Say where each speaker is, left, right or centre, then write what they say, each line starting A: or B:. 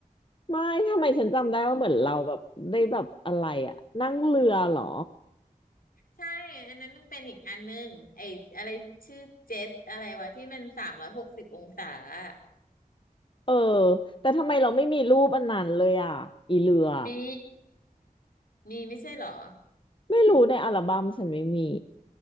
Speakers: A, on the left; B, on the left.
A: ไม่ทำไมฉันจำได้ว่าเหมือนเราแบบได้แบบอะไรอ่ะนั่งเรือเหรอ
B: ใช่อันนั้นมันเป็นอีกอันหนึงไอ้อะไรชื่อเจ็ตอะไรวะที่มันสามร้อยหกสิบองศาอะ
A: เออแต่ทำไมเราไม่มีรูปอันนั้นเลยอ่ะอีเรือ
B: มีมีไม่ใช่เหรอ
A: ไม่รู้ในอัลบั้มฉันไม่มี